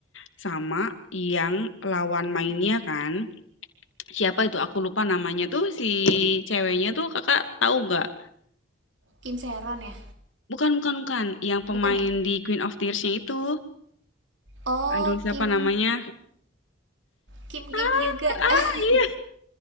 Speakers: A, on the left; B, on the right.
A: Sama yang lawan mainnya kan, siapa itu aku lupa namanya tuh si ceweknya tuh Kakak tahu nggak?
B: Kim Seron ya
A: Bukan bukan bukan, yang pemain
B: bukan ya
A: di Queen of Tears-nya itu.
B: oh
A: Aduh siapa
B: Kim
A: namanya?
B: Kim
A: Ah
B: Kim juga <laughs>
A: ah, iya